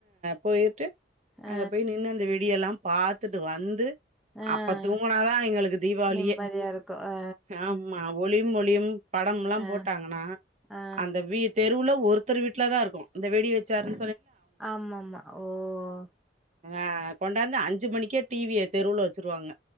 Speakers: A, on the right; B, in the centre.
A: போயிட்டு
B: ஆ
A: அங்க போய் நின்று அந்த அப்படியெல்லாம் பாத்துட்டு வந்து
B: ஆ ஆ
A: அப்ப தூங்கினாதான் எங்களுக்கு தீபாவளியே
B: நிம்மதியா இருக்கு ஆ
A: ஆமா ஒளியு ஒளி ம் படம்லா
B: ஆ
A: போட்டாங்கன்னா
B: ஆ
A: அந்த தெருவுல ஒருத்தர் வீட்டுல தான் இருக்கும் இந்த வெடி வச்சாரு
B: ஆமா ஆமா ஓஹ்
A: ஆஹ கொண்டாந்து அஞ்சு மணிக்கே டிவிய தெருவுல வச்சருவாங்க